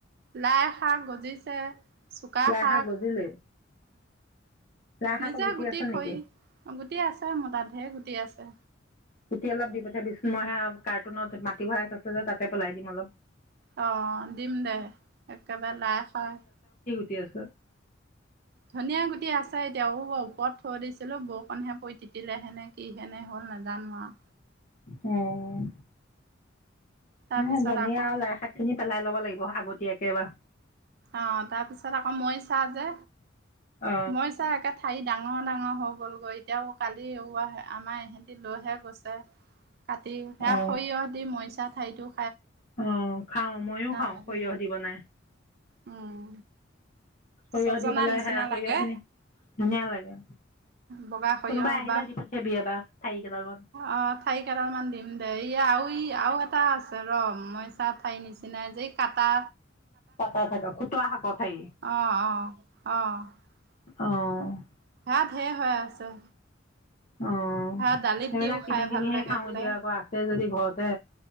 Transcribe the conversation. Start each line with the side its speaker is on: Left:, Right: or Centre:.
Right: লাই শাক গজিছে চুকা
Left: লাই
Right: শাক
Left: গজিলে লাই শাকৰ
Right: নিজে গুটি
Left: আছে
Right: খৰি
Left: নেকি
Right: গুটি আছে মো তাত ঢেৰ গুটি আছে
Left: গুটি অলপ দি পঠাবি চোন মই সেই আৱ কাৰ্টুনত মাটি ভৰাই থৈছে যে তাতে পেলাই দিম অলপ
Right: অ দিম দে একেবাৰে লাই শাক
Left: ইতি আছ
Right: ধনিয়া গুটি আছে এতিয়া ওপৰত থৈ দিছিলো বৰষুণহে পৰি তিতিলে হেনে কি হেনে হ'ল নেজানো আৱ
Left: অ
Right: তাৰপিছত
Left: হে ধুনীয়া
Right: আকৌ
Left: আৰু লাই শাক খিনি পেলাই ল লাগিব আগতীয়াকে বা
Right: অ তাৰপিছত আকৌ মইচা যে
Left: অ
Right: মইচা একে ঠায়ি ডাঙৰ ডাঙৰ হৈ গ'লগৈ এতিয়াও কালি ৱা আমাৰ ইহঁতি লৈহে গৈছে কাটি সেয়া
Left: অ
Right: সৰিয়হ দি মৰি এটা ঠাইটো
Left: অ খাওঁ মইও খাওঁ
Right: লাগে।
Left: সৰিয়হ দি বনাই
Right: উম
Left: সৰিয়হ
Right: ছজনা
Left: দি পেলাই
Right: নিচিনা
Left: সেয়া সৰিয়হ
Right: লাগে
Left: খিনি ধুনীয়া লাগে
Right: বগা সৰিয়হ
Left: কোনোবা আহিলে
Right: বা
Left: দি পঠিয়াবি এবাৰ ঠাৰি কেইডালমান
Right: আহ ঠাৰি কেইডাল মান দিম দে ইয়া আ ই আৰু এটা আছে ৰ মইচা ঠাই নিচিনাই যে কাটা
Left: কাটা থাকা খুটোৱা শাকৰ ঠায়ি
Right: অ' অ' অ'
Left: অ'
Right: সেয়া ধেৰ হৈ আছে
Left: অ
Right: ভাত দালিত
Left: সেইবিলাক
Right: দিও খাই
Left: কিনি কিনিহে
Right: ভাল লাগে
Left: খাও
Right: বোলে
Left: এতিয়া আকৌ আছে যদি ঘৰতে